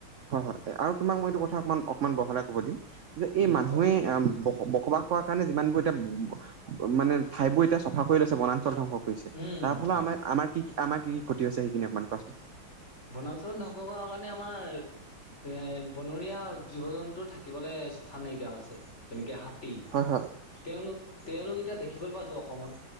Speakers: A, on the right (about 65°); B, on the left (about 35°).
A: হয়, হয় আৰু তোমাক মই এইটো কথা অকমান অকমান বহলাই ক'ব দিম। যে,
B: উম
A: এই মানুহে
B: কওকচোন
A: অ', বস বসবাস পোৱা কাৰণে যিমান বোৰ এতিয়া মানে ঠাই বোৰ এতিয়া চাফা কৰি লৈছে বন ধ্বংস কৰিছে
B: উম
A: তাৰ ফলত
B: হয়
A: আমাৰ আমাৰ কি কি আমাৰ কি কি ক্ষতি হৈছে সেইখিনি অকমান কোৱাচোন।
B: বনাঞ্চল নকবা কাৰণে আমাৰ এ বনৰীয়া জীৱ জন্তুৰ থাকিবলৈ স্থান নাইকিয়া হৈছে যেনেকে হাত তি
A: হয় হয়
B: তেওঁলোক তেওঁলোক এতিয়া দেখিবলৈ পাইছো অসমত